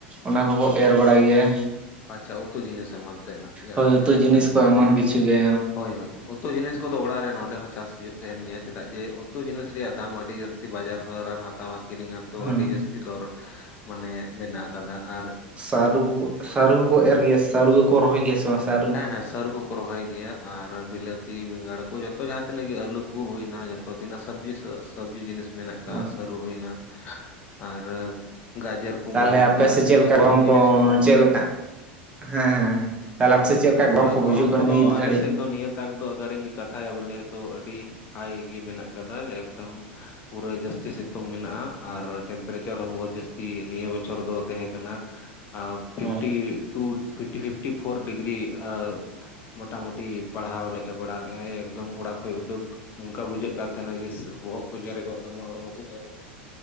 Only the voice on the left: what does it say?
ᱟᱪᱪᱷᱟ ᱩᱛᱩ ᱡᱤᱱᱤᱥ ᱮᱢᱟᱱ ᱛᱮᱱᱟᱜ ᱡᱟᱦᱟᱸ
ᱛᱤᱱᱟᱹᱜ
ᱤᱭᱟᱹ
ᱛᱮᱱᱟᱜ
ᱢᱮᱱᱟᱜᱼᱟ
ᱦᱮᱸ
ᱦᱳᱭ ᱦᱳᱭ ᱩᱛᱩ ᱡᱤᱱᱤᱥ ᱠᱚ ᱫᱚ ᱚᱲᱟᱜ ᱨᱮ ᱱᱚᱰᱮ ᱦᱚᱸ ᱪᱟᱥ ᱦᱩᱭᱩᱜ ᱛᱟᱦᱮᱸᱱ ᱜᱮᱭᱟ ᱪᱮᱫᱟᱜ ᱡᱮ ᱩᱛᱩ ᱡᱤᱱᱤᱥ ᱨᱮᱭᱟᱜ ᱫᱟᱢ ᱟᱹᱰᱤ ᱡᱟᱹᱥᱛᱤ ᱵᱟᱡᱟᱨ ᱨᱮᱢ ᱦᱟᱛᱟᱣᱟ ᱠᱤᱨᱤᱧ ᱟᱢ ᱛᱚ
ᱟᱹᱰᱤ ᱡᱟᱹᱥᱛᱤ ᱫᱚᱨ ᱢᱟᱱᱮ ᱢᱮᱱᱟᱜ ᱟᱠᱟᱫᱟ ᱟᱨ
ᱦᱮᱸ, ᱦᱮᱸ ᱥᱟᱹᱨᱩ ᱠᱚ ᱠᱚ ᱨᱚᱦᱚᱭ ᱜᱮᱭᱟ ᱟᱨ ᱵᱤᱞᱟᱹᱛᱤ ᱵᱮᱸᱜᱟᱲ ᱠᱚ ᱡᱚᱛᱚ ᱡᱟᱦᱟᱸ ᱛᱤᱱᱟᱹᱜ ᱜᱮ ᱟᱹᱞᱩ ᱠᱚ ᱦᱩᱭᱱᱟ᱾ ᱛᱚ ᱛᱤᱱᱟᱹᱜ ᱥᱚᱵᱡᱤ ᱥᱚᱵᱡᱤ ᱡᱤᱱᱤᱥ ᱢᱮᱱᱟᱜ ᱠᱟᱜᱼᱟ
ᱥᱟᱹᱨᱩ ᱦᱩᱭᱱᱟ ᱟᱨ ᱜᱟᱡᱚᱨ ᱠᱚ
ᱢᱩᱞᱤ
ᱠᱚ ᱡᱟᱦᱟᱸ
ᱛᱤᱱᱟᱹᱜ
ᱜᱮ
ᱯᱷᱚᱞ ᱡᱤᱱᱤᱥ
ᱠᱚᱦᱚᱸ
ᱟᱨ
ᱜᱚᱨᱚᱢ
ᱠᱚᱫᱚ
ᱟᱞᱮ
ᱥᱮᱫ ᱫᱚ ᱱᱤᱭᱟᱹ ᱮᱴ ᱫᱚ ᱟᱜᱟᱨᱤᱧ ᱠᱟᱛᱷᱟᱭᱟ ᱵᱚᱞᱮ ᱛᱚ ᱟᱹᱰᱤ ᱦᱟᱭ ᱜᱮ ᱢᱮᱱᱟᱜ ᱠᱟᱫᱟ ᱮᱠᱫᱚᱢ ᱯᱩᱨᱟᱹ ᱡᱟᱹᱥᱛᱤ ᱥᱤᱛᱩᱝ ᱢᱮᱱᱟᱜᱼᱟ ᱟᱨ ᱴᱮᱢ ᱯᱟᱨᱮ ᱪᱟᱨ ᱦᱚᱸ ᱵᱚᱦᱩᱛ ᱡᱟᱹᱥᱛᱤ ᱱᱤᱭᱟᱹ ᱵᱚᱪᱷᱚᱨ ᱫᱚ ᱛᱟᱦᱮᱸ ᱠᱟᱱᱟ᱾ fifty
two fifty fifty four degree ᱮᱸ ᱢᱚᱴᱟ ᱢᱩᱴᱤ ᱯᱟᱲᱦᱟᱣ ᱞᱮᱜᱼᱟ ᱵᱟᱲᱟ ᱞᱮᱫᱟᱭ ᱮᱠᱫᱚᱢ ᱚᱲᱟᱜ ᱠᱷᱚᱡ ᱩᱰᱩᱠ ᱚᱱᱠᱟ ᱵᱩᱡᱷᱟᱹᱜ ᱠᱟᱱ ᱛᱟᱦᱮᱸᱱᱟ ᱡᱮ ᱵᱚᱦᱚᱜ ᱠᱚ ᱡᱮᱨᱮᱜᱚᱜ ᱛᱟᱢᱟ ᱦᱚᱲᱢᱚ ᱠᱚ ᱡᱮᱨᱮᱜᱚᱜ